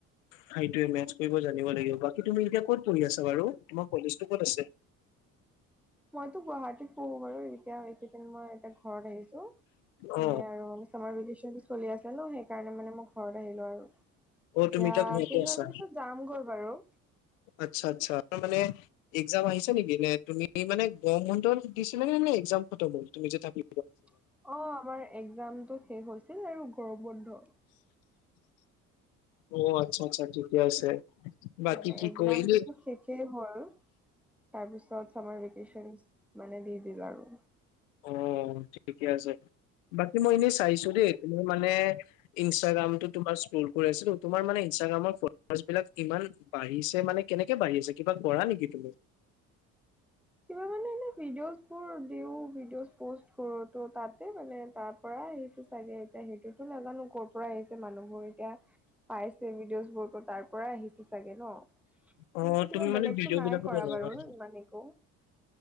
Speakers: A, on the left; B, in the centre.
A: সেইটোৱে মেছ কৰিব জানিব লাগিব। বাকী তুমি এতিয়া ক'ত পঢ়ি আছা বাৰু তোমাৰ কলেজটো ক'ত আছে?
B: মইতো গুৱাহাটীত পঢ়ো বাৰু এতিয়া এইকেইদিন মই এতিয়া ঘৰত আহিছো। মানে
A: অ
B: আৰু চামাৰ ভেকেচনটো চলি আছে ন সেইকাৰণে মানে মই ঘৰত আহিলো আৰু।
A: অ
B: এতিয়া
A: তুমি ঘৰতে
B: কেইদিন
A: আছা
B: মানৰ পিছত যাম গৈ বাৰু।
A: আচ্ছা আচ্ছা তাৰ মানে এক্জাম আহিছা নেকি নে তুমি মানে গৰম বন্ধ দিছিলে নে নে একজাম খটম হ'ল তুমি যে থাকি
B: অ', আমাৰ একজামতটো শেষ হৈছিল আৰু গৰম বন্ধ।
A: অ, আচ্ছা আচ্ছা ঠিকে আছে। বাকী
B: মানে
A: কি
B: একজামতো
A: কয় এনে
B: শেষেই হল, তাৰপিছত চামাৰ ভেকেচন। মানে দি দিল আৰু।
A: অ', ঠিকে আছে, বাকী মই এনেই চাইছো দেই মোৰ মানে ইনষ্টাগ্ৰামটো তোমাৰ <inaudible> কৰি আছিলো তোমাৰ মানে ইনষ্টাগ্ৰামৰ ফলোৱাৰ বিলাক ইমান বাঢ়িছে মানে কেনেকে বাঢ়িছে? কিবা কৰা নেকি তুমি? <unintelligible>
B: কিবা মানে এনে <unintelligible> ভিডিঅ'জবোৰ দিওঁ, ভিডিঅ'জ প'ষ্ট কৰো ত তাতে মানে তাৰ পৰা আহিছে। <inaudible> চাগে এতিয়া সেইটোতো নাজানো ক'ৰ পৰা আহিছে মানুহবোৰ এতিয়া <unintelligible> পাইছে ভিডিঅ'ছবোৰ তাৰ পৰা আহিছে চাগে ন। <unintelligible>
A: অ
B: এনেকে
A: তুমি
B: কিবা
A: মানে
B: বেলেগটো
A: ভিডিঅ'
B: নাই
A: বিলাকো
B: কৰা
A: বনোৱা
B: বাৰু
A: ন?
B: ইমান একো। <inaudible>